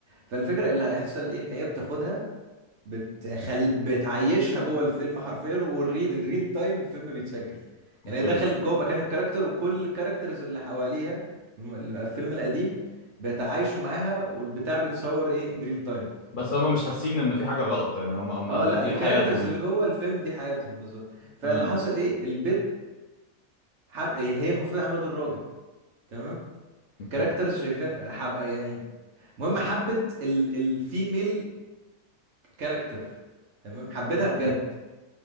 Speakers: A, on the right (about 55°); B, on the left (about 75°).
A: فالفكرة اللي هيحصل ايه ان هي بتاخدها بتخل... بتعيشها جوه الفيلم حرفيا والريل ان ريل تايم الفيلم بيتسجل
B: اوكي
A: يعني هي دخلت جوه مكان الكاركتر وكل الكاركترز اللي حواليها الم- الفيلم القديم بيتعايشوا معاها والبتاع بيتصور ايه ان ريل تايم
B: بس هم مش حاسين ان في حاجه غلط يعني هم هم
A: اه
B: ده
A: لا
B: دي
A: الكاركترز
B: حياتهم
A: اللي
B: يعني
A: جوه الفيلم دي حياتهم بالظبط فاللي
B: اه آه.
A: حصل ايه البت حب يعني هي المفروض عامله دور راجل تمام
B: اوكي
A: كاركترز شايفين حب يعني المهم حبت ال... الفيميل كاركتر تمام حبيتها بجد
B: مم.